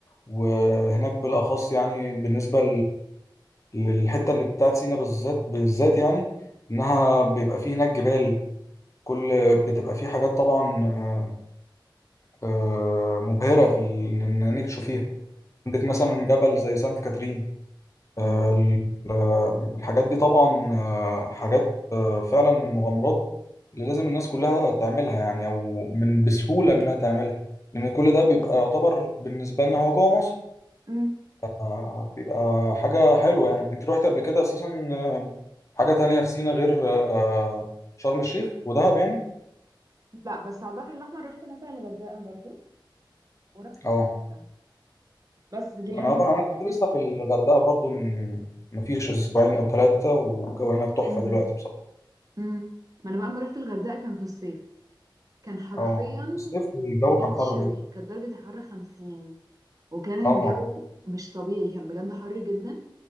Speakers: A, on the left (about 40°); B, on the right (about 45°).
A: وهناك بالاخص يعني بالنسبه للحته اللي بتاعت سينا بالذات بالذات يعني انها بيبقى فيه هناك جبال كل بتبقى فيه حاجات طبعا آه، آه، مبهره في ال- ان إنك تشوفيها عندك مثلا جبل زي سانت كاترين
B: م.
A: آه، ال- آه، الحاجات دي طبعا آه، حاجات آه، فعلا من مغامرات اللي لازم الناس كلها تعملها يعني او من بسهوله انها تعملها لان كل ده بيبقى يعتبر بالنسبه لنا هو جوه مصر
B: مم.
A: آه، بيبقى حاجة حلوة يعني انت رحت قبل كده اساسا آه، حاجة تانية في سينا غير آه، شرم الشيخ ودهب يعني
B: لا بس على البحر الأحمر رحت مثلا الغردقة برضو ورحت
A: اه
B: السخنة بس دي الأماكن
A: انا
B: اللي
A: انا كنت
B: رحتها يعني
A: لسه في الغردقة برضو من مفيش اسبوعين او ثلاثة والجو هناك تحفة
B: مم.
A: دلوقتي بصراحة
B: مم. ما أنا بقى لما رحت الغردقة كان في الصيف كان حرفيا
A: اه الصيف الجو
B: بنتشوي
A: كان حر جدا
B: كانت درجة الحرارة خمسين وكان
A: اه
B: الجو مش طبيعي كان بجد حر جدا